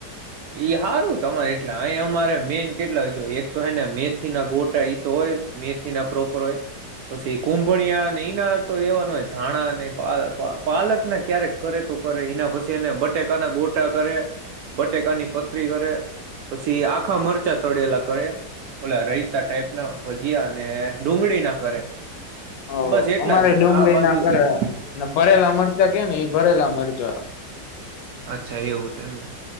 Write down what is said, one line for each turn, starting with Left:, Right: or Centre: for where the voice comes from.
Right: એ હારું તમારે એટલા અહી અમારે મેન કેટલા જો એકતો હેને મેથીનાં ગોટા ઈતો હોય મેથીનાં પ્રોપર હોય પછી કુંભણિયાને એના તો એવા ન હોય ધાણાંને <unintelligible> પાલકનાં ક્યારેક કરે તો કરે એના પછી એને બટેકાનાં ગોટ <unintelligible> કરે બટેકાની પતરી <unintelligible> પછી આખાં મરચાં તડેલા. કયૉ ઓલા <unintelligible> રાયતાં ટાઈપનાં ભજયા અને ડુંગળીનાં કરે.
Left: હ
Right: બસ એટલા
Left: અમારે
Right: જ
Left: ડુંગળીનાં
Right: હોય આ બાજુ
Left: કરે
Right: ઈ સિવાય
Left: અને
Right: ન
Left: ભરેલા
Right: હોતા.
Left: મરચાં કેને ઈ ભરેલા મરચાં.
Right: અચ્છા એવું છે, એમને.